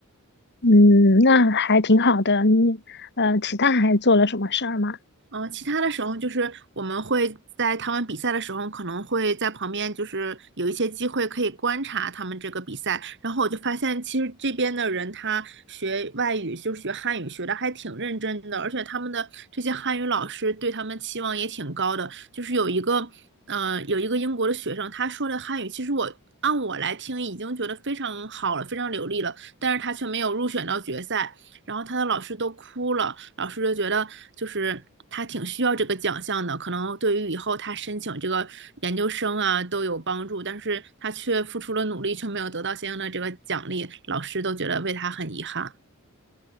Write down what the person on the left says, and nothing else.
嗯，那还挺好的。你呃，其他还做了什么事儿吗？